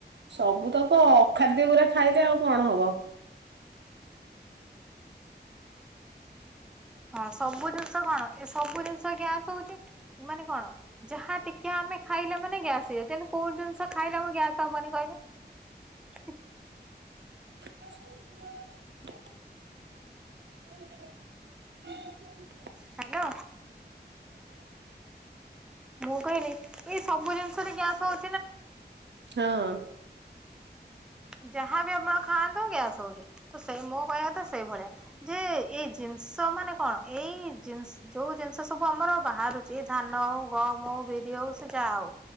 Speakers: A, on the right; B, in the centre.
A: ସବୁତକ ଅଖାଦ୍ୟ ଗୁରା ଖାଇଦେଲେ କଣ ହବ।
B: ହଁ ସବୁ ଜିନିଷ କଣ ଏ ସବୁ ଜିନିଷ ଗ୍ୟାସ ହଉଛି। ମାନେ କଣ ଯାହା ଟିକେ ଆମେ ଖାଇଲେ ମାନେ ଗ୍ୟାସ୍ ହେଇଯାଉଚି। କୋଉଁ ଜିନିଷ ଖାଇଲେ ଆମର ଗ୍ୟାସ୍ ହବନି କ ହୋଉଚି।
A: <inaudible> ହଁ
B: ହ୍ୟାଲୋ ମୁଁ କହିଲି କି ସବୁ ଜିନିଷରେ ଗ୍ୟାସ ହଉ
A: ହଁ।
B: ଯାହାବି ଆପଣ ଖାଆନ୍ତୁ ଗ୍ୟାସ ହଉଚି ତ ସେଇ ମୋ କହିବା କଥା ସେଇ ଭଳିଆ ଯେ ଏଇ ଜିନିଷ ତା ମାନେ କଣ ଏଇ ଜିନି ଯୋଉଁ ଜିନିଷ ସବୁ ଆମର ବାହାରୁଚି ଧାନ, ଗହମ, ବିରି <unintelligible> ଯାହା ହଉ